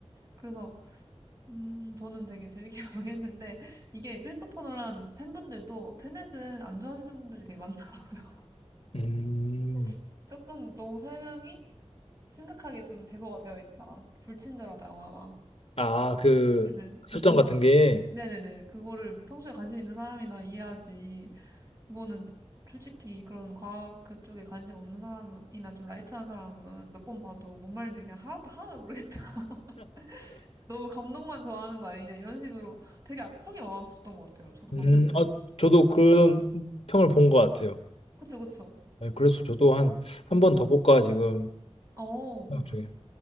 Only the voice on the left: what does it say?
음.
아, 그
설정
같은 게,
음,
어, 저도 그런 평을 본 것 같아요.
네, 그래서 저도 한, 한
번 더 볼까 지금
생각 중에.